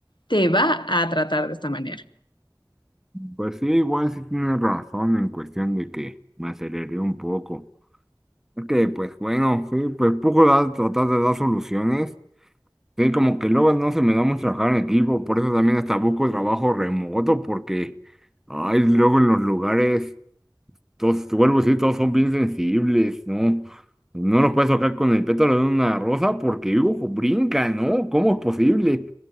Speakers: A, on the left (about 75°); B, in the centre.
A: te va a tratar de esta manera.
B: Pues sí, igual sí tienes razón en cuestión de que me aceleré un poco. Es que, pues bueno, sí, pues poco da tratar de dar soluciones. Sí, como que luego no se me da mucho trabajar en equipo, por eso también hasta busco trabajo remoto, porque, ay, luego en los lugares todos, te vuelvo a decir, todos son bien sensibles, ¿no? No lo puedes tocar con el pétalo de una rosa porque, ojo, brinca, ¿no? ¿Cómo es posible?